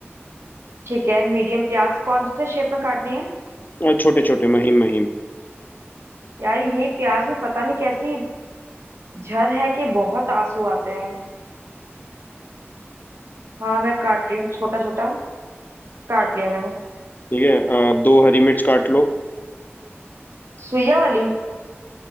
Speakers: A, on the right; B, on the left.
A: ठीक है मीडियम प्याज कौन से शेप में काटनी है
B: और छोटे छोटे महीन महीन
A: यार ये प्याज में पता नहीं कैसी झर है कि बहुत आंसू आते हैं हाँ मैं काट रही हूँ छोटा छोटा काट लिया मैंने
B: ठीक है अ, दो हरी मिर्च काट लो
A: सुइया वाली